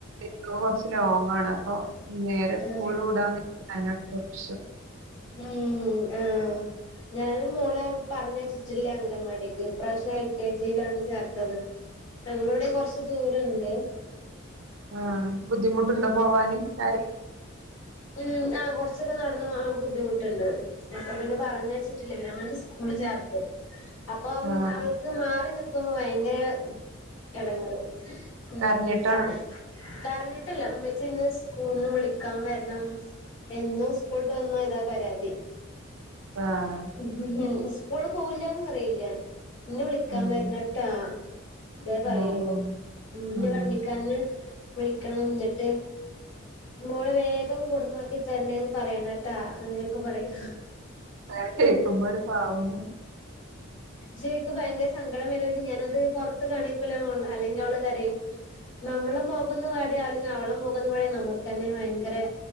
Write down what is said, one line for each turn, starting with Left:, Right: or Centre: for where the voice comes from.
Right: സ്കൂകുറച്ച് ലോങ്ങാണ് അപ്പൊ നേരെ സ്കൂളുടാന്ന്
Left: ആഹ്
Right: <unintelligible> കുറച്ച്
Left: ഉം ആ ഞാനും മോളെ പറഞ്ഞയച്ചിട്ടില്ല അഗൻവാടിക്ക് ഇപ്രാവശ്യ എൽ കെ ജിയിലാണ് ചേർത്തത് ഞങ്ങളിവിടെം കൊറച്ച് ദൂരണ്ട്
Right: ആ ബുദ്ധിമുട്ട്ണ്ടോ
Left: ഉം
Right: പോവാന് <unintelligible>
Left: ഉം ആ കൊറച്ച്ക്കെ നടന്ന് പോവാം ബുദ്ധിമുട്ട്ണ്ട് ഇപ്പ പിന്നെ പറഞ്ഞയച്ചിട്ടില്ല അങ്ങനെ സ്കൂള് ചേർത്തു അപ്പോം
Right: ആഹ്
Left: അവൾക്ക് മാറി നി ക്കും ഭയങ്കര എടങ്ങറ് ഉം
Right: കരഞ്ഞിട്ടാണോ
Left: <unintelligible> കരഞ്ഞി ട്ടില്ല മ്മച്ചിന്ന് സ്കൂള്ന്ന് വിളിക്കാം വര്ണം എന്നു സ്‌കൂൾട്ടവന്നാ ഇതാ പരാതി
Right: ആഹ്
Left: ഉം ഉം ഹു സ്കൂള് പോവില്ല്യാന്ന് പറയില്ല ന്നെ വിളിക്കാൻ
Right: ഉം
Left: വര്നട്ടാ തേ
Right: ഉം
Left: പറയൊള്ളൂ
Right: ഉം
Left: ന്റെ
Right: ഉം
Left: വണ്ടിക്കാര്നെ വിളിക്കണം ന്നിട്ട് മോളെ വേഗം കൊട്ന്നാക്കി തര്ണേ പറയണട്ടാ അങ്ങനെയൊക്കെ പറയും
Right: അങ്ങനെ കേക്കുമ്പോ ഒരു പാവം
Left: ജേക്ക് ഭയങ്കര സങ്കടം വരോച്ച് ഞാനത് പൊറത്ത് കാണിക്കുലാന്നൊള്ളു അല്ലങ്കി അവള് കരയും
Right: <inaudible>
Left: നമ്മളെ മൊഖോന്ന് വാടിയ അല്ലെങ്കി അവളെ മൊഖോന്നു വാടിയ നമക്കന്നെ ഭയങ്കരെ